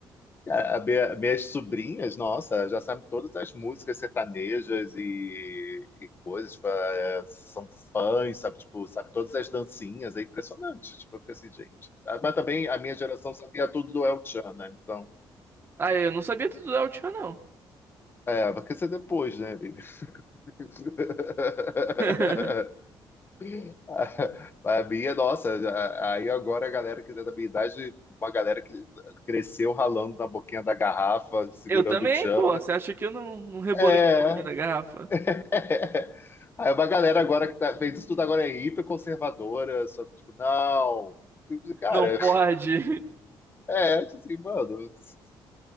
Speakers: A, on the left (about 25°); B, on the right (about 25°).
A: A- a minha- minhas sobrinhas, nossa, já sabem todas as músicas sertanejas e, e coisas, tipo, é, são fãs, sabe? Tipo, sabe todas as dancinhas, é impressionante, tipo, eu pensei, gente. Ah, Mas também a minha geração sabia tudo do El Chan, né? Então,
B: Ah, eu não sabia tudo da Altian, não.
A: é, vai ser depois, né, amiga? <laughs>
B: <laughs>
A: <laughs> A minha, nossa, a- aí agora a galera que é da minha idade, uma galera que cresceu ralando na boquinha da garrafa, segurando
B: Eu também,
A: o tchan.
B: pô. Você acha que eu não, não rebolei
A: É,
B: um pouquinho da garrafa?
A: <laughs> Aí uma galera agora que tá, fez isso tudo agora é hiper conservadora, sabe? Tipo, não. Cara,
B: Não pode.
A: <laughs> é, assim, mano, <laughs>